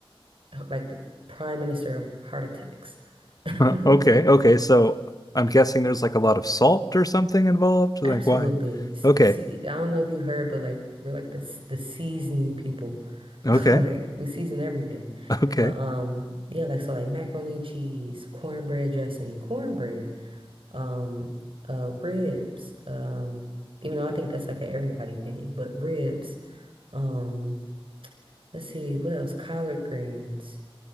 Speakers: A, on the right; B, on the left.
A: h- like the prime minister of heart attacks. <laughs>
B: <laughs> Okay. Okay. So I'm guessing there's like a lot of salt or something involved.
A: Absolutely.
B: Like, why?
A: Se-
B: Okay.
A: se- I don't know if you heard, but like we're like the s- the seasoning people.
B: Okay.
A: <laughs> Like we season everything.
B: <laughs> Okay.
A: But um yeah, like so like macaroni and cheese, cornbread dressing, cornbread, um uh ribs, um even though I think that's like a everybody thing, but ribs, um let's see what else? Collard greens.